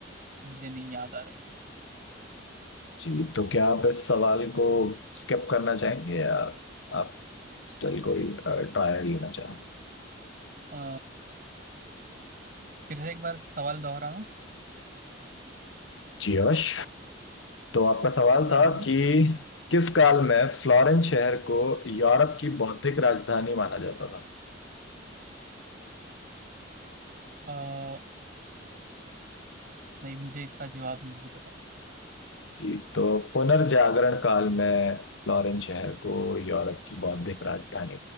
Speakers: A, on the right; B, on the left.
A: मुझे नहीं याद आ रहा है
B: जी तो क्या आप इस सवाल को स्किप करना चाहेंगे या आप स्टिल कोई ट्रायल लेना चाहेंगे
A: अ, फिर से एक बार सवाल दोहराना
B: जी यश तो आपका सवाल
A: हम्म
B: था
A: हम्म
B: कि किस काल में फ्लोरेंस शहर को यूरोप की बौद्धिक राजधानी माना जाता था
A: अ, नहीं मुझे इसका जवाब नहीं पता
B: जी तो पुनर्जागरण काल में फ्लोरेंस शहर को यूरोप की बौद्धिक राजधानी